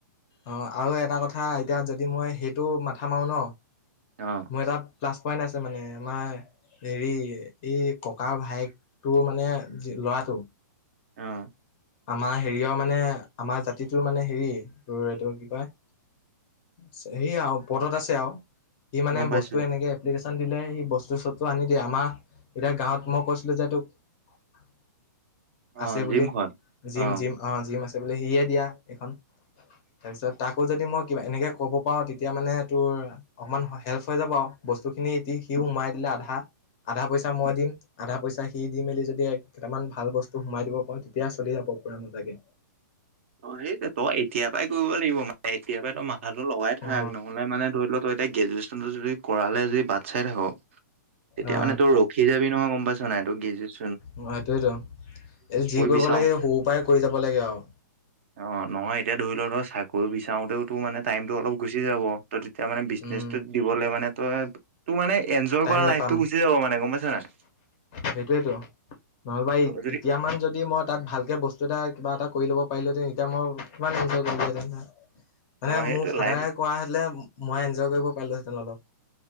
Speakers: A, on the left; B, on the right.
A: অ', আৰু এটা কথা এতিয়া যদি মই সেইটো মাথা মাৰো ন।
B: অ'।
A: মোৰ এটা প্লাছ পইন্ট আছে মানে আমাৰ হেৰি এই ককা ভায়েকটোৰ মানে ল'ৰাটো।
B: অ'।
A: আমাৰ হেৰিয়ৰ মানে আমাৰ জাতিটোৰ মানে হেৰি, তোৰ এইটো কি কয় সেই আৰু পদত আছে আৰু। সি মানে
B: গম পাইছো।
A: বস্তু এনেকে এপ্লিকেশ্যন দিলে সি বস্তু চস্তু আনি দিয়ে। আমাৰ এতিয়া গাঁৱত মই কৈছিলো যে তোক <inaudible>
B: অ',
A: বুলি
B: জিমখন।
A: জিম
B: অ
A: জিম অ' জিম আছে বোলে সিয়ে দিয়া এইখন। তাৰপিছত তাকো যদি মই কিবা এনেকে ক'ব পাৰো তেতিয়া মানে তোৰ অকমান হেল্প হৈ যাব আৰু বস্তুখিনি দি সি সোমাই দিলে আধা। আধা পইচা মই দিম আধা পইচা সি দি মেলি যদি কেইটামান ভাল বস্তু সোমাই দিব পাৰো। তেতিয়া চলি যাব পুৰা মজাকে।
B: অ', সেইটো তই এতিয়া পৰাই কৰিব লাগিব মানে এতিয়া পৰাই তই মাথা টো লগাই থাক।
A: অ
B: নহ'লে মানে ধৰি ল তই এতিয়া গ্ৰেজুৱেশ্যনটো যদি কৰালে যদি বাট চাই থাক তেতিয়া
A: অ
B: মানে তোৰ ৰখি যাবি নহয় গম পাইছনে নাই। তোৰ গ্ৰেজুৱেছ
A: অ', সেইটোৱেতো এই যি কৰিব
B: বিচাও
A: লাগে এই সৰু পৰাই কৰি যাব লাগে আৰু।
B: অ', নহয় এতিয়া ধৰি লওঁ তই চাকৰি বিচাৰোতেও তোৰ মানে টাইমতটো অলপ গুচি যাব। তই তেতি তিয়া মানে বিজনেছটোত
A: উম
B: দিবলৈ মানে তই তোৰ মানে এনজয়
A: টাইম
B: কৰা
A: নোপাম
B: লাইফটো গুচি যাব মানে গম পাইছ নে নাই?
A: সেইটোয়েতো, নহ'বা
B: তই যদি
A: এতিয়া মান যদি মই তাত ভাল বস্তু এটা কিবা এটা কৰি ল'ব পাৰিলোঁহেঁতেন, এতিয়া মই কিমান এনজয় কৰিলোহেঁতেন হয়। মানে
B: অ সেইটো
A: মোৰ ফাদাৰে
B: লাইফ
A: কৰা হ'লে মই এনজয় কৰিব পাৰিলোহেঁতেন অলপ।